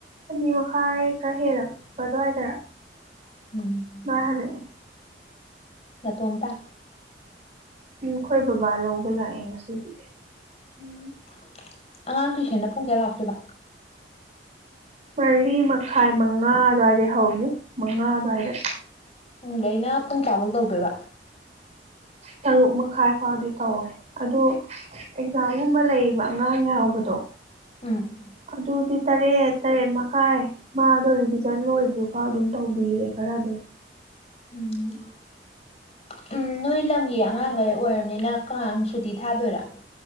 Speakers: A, on the right (about 40°); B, on the left (about 40°).
A: ꯑꯅꯤ ꯃꯈꯥꯏ ꯈꯔ ꯍꯦꯜꯂꯛꯄ ꯑꯗꯨꯋꯥꯏꯗ
B: ꯎꯝ
A: ꯇꯣꯏꯍꯂꯦ
B: ꯅꯇꯣꯝꯇ
A: ꯎꯝ ꯑꯩꯈꯣꯏ ꯕꯕꯥ ꯂꯧꯕ ꯂꯥꯛꯑꯦ ꯉꯁꯤꯒꯤꯗꯤ
B: ꯎꯝ ꯑꯉꯥꯡ ꯇꯨꯏꯁꯦꯅ ꯄꯨꯡ ꯀꯌꯥ ꯂꯥꯛꯇꯣꯏꯕ
A: ꯃꯔꯤ ꯃꯈꯥꯏ ꯃꯉꯥ ꯑꯗꯨ꯭ꯋꯥꯏꯗꯩ ꯍꯧꯅꯤ ꯃꯉꯥ ꯑꯗꯨꯋꯥꯏꯗ
B: ꯄꯨꯡꯗ ꯑꯩꯅ ꯄꯨꯡ ꯀꯌꯥꯃꯨꯛ ꯇꯧꯗꯣꯏꯕ
A: ꯇꯔꯨꯛ ꯃꯈꯥꯏ ꯐꯥꯎꯗꯤ ꯇꯧꯋꯦ ꯑꯗꯨ ꯑꯦꯛꯖꯥꯝꯒꯨꯝꯕ ꯂꯩꯌꯦꯕ ꯑꯉꯥꯡ ꯌꯥꯎꯕꯗꯣ
B: ꯎꯝ
A: ꯑꯗꯨꯗꯤ ꯇꯔꯦꯠ ꯇꯔꯦꯠ ꯃꯈꯥꯏ ꯃꯥꯗꯣ ꯔꯤꯚꯤꯖꯟ ꯂꯣꯏꯗ꯭ꯔꯤꯐꯥꯎ ꯑꯗꯨꯝ ꯇꯧꯕꯤꯔꯦ ꯈꯔ ꯑꯗꯨꯝ
B: ꯎꯝ ꯎꯝ ꯅꯣꯏ ꯂꯝꯒꯤ ꯑꯉꯥꯡꯈꯩ ꯑꯣꯏꯝꯅꯤꯅ ꯀꯉꯥꯡ ꯁꯨꯇꯤ ꯊꯥꯗꯣꯏꯔꯥ